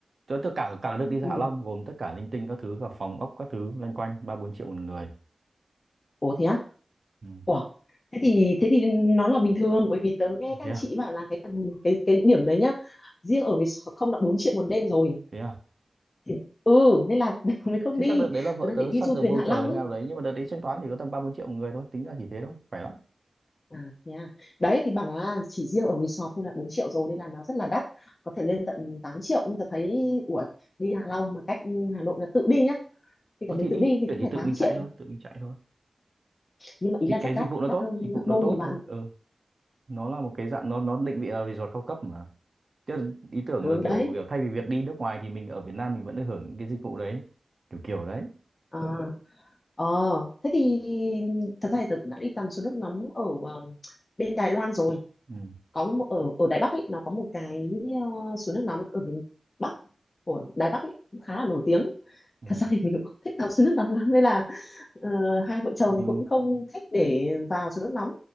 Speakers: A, on the right (about 50°); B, on the left (about 40°).
A: tất tất cả cả đợt đi
B: Ừ.
A: Hạ Long gồm tất cả linh tinh các thứ cả phòng ốc các thứ loanh quanh ba bốn triệu một người
B: Ủa thế á?
A: ừ.
B: Ủa. Thế thì thế thì nó là bình thường bởi vì tớ nghe các
A: thế
B: anh
A: à
B: chị bảo là cái phần cái cái điểm đấy nhá. Riêng ở resort không là 4 triệu một đêm rồi.
A: thế à
B: Thì, ừ nên là <laughs> mới không
A: thế
B: đi.
A: chắc đợt đấy là vợ
B: Tớ đang
A: tớ
B: định
A: săn
B: đi du
A: được
B: thuyền
A: voucher
B: Hạ Long ấy.
A: thế nào đấy nhưng mà đợt đấy thanh toán thì có tầm ba bốn triệu một người thôi tính ra chỉ thế thôi khỏe lắm
B: À, thế à. Đấy thì bảo là chỉ riêng ở resort thôi là 4 triệu rồi nên là nó rất là đắt có thể lên tận 8 triệu nhưng ta thấy ủa đi Hạ Long mà cách Hà Nội là tự đi nhá thì
A: ờ
B: cả mình
A: thì đi
B: tự đi thì
A: chuyển
B: cũng
A: thì
B: phải
A: tự
B: 8
A: mình
B: triệu
A: chạy thôi tự mình chạy thôi
B: nhưng mà ý
A: vì
B: là rất
A: cái
B: đắt
A: dịch vụ nó
B: đắt
A: tốt
B: hơn
A: dịch vụ
B: gấp
A: nó
B: đôi
A: tốt
B: nhà bạn
A: thôi ừ nó là một cái dạng nó nó định vị là resort cao cấp mà Tức ý tưởng
B: ừ
A: là kiểu
B: đấy
A: kiểu thay vì việc đi nước ngoài thì mình ở Việt Nam mình vẫn được hưởng những cái dịch vụ đấy kiểu kiểu đấy
B: à, ờ thế thì thật ra thì tớ cũng đã đi tắm suối nước nóng ở ờ, bên Đài Loan rồi
A: ừ.
B: có một, ở ở Đài Bắc ấy nó có một cái ờ, suối nước nóng ở miền Bắc của Đài Bắc ấy cũng khá là nổi tiếng
A: Ừ.
B: thật ra thì mình cũng không thích tắm suối nước nóng lắm nên là Ờ, hai vợ chồng
A: Ừ.
B: thì cũng không thích để vào suối nước nóng